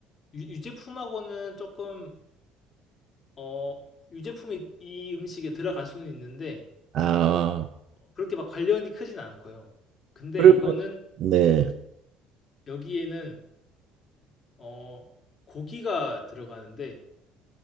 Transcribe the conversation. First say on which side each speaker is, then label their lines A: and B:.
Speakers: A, on the left; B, on the right.
A: 유 유제품하고는 조금 어 유제품이 이 음식에 들어갈 수는 있는데
B: 아,
A: 그렇게 막 관련이 크진 않고요. 근데
B: 그러면,
A: 이거는
B: 네.
A: 여기에는 어 고기가 들어가는데